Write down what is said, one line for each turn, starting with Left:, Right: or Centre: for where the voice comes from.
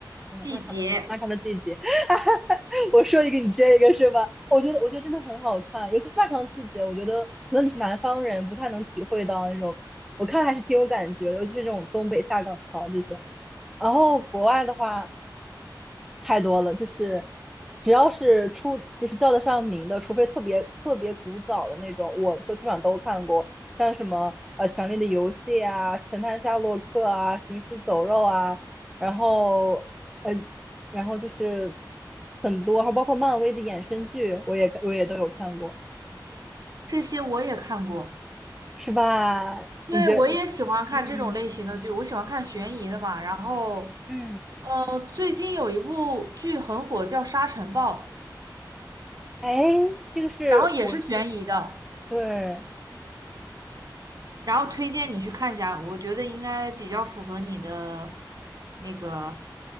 Centre: 真的漫长的漫长的季节，
Right: 季节，
Centre: <laughs> 我说一个你接一个是吧？我觉得我觉得真的很好看，尤其是漫长的季节，我觉得可能你是南方人，不太能体会到那种，我看还是挺有感觉的，尤其是这种东北下岗潮这些。然后国外的话。太多了，就是只要是出就是叫得上名的，除非特别特别古早的那种，我都基本上都看过，像什么呃《权力的游戏》啊，《神探夏洛克》啊，《行尸走肉》啊，然后嗯，然后就是很多，还有包括漫威的衍生剧，我也我也都有看过，
Right: 这些我也看过。
Centre: 是吧？
Right: 对，
Centre: 你觉得？
Right: 我也喜欢看这种类型的剧，
Centre: 嗯
Right: 我喜欢看悬疑的嘛。然后，
Centre: 嗯，
Right: 呃，最近有一部剧很火，叫《沙尘暴》，
Centre: 哎，这个是国，
Right: 然后也是悬疑的，
Centre: 对，
Right: 然后推荐你去看一下，我觉得应该比较符合你的那个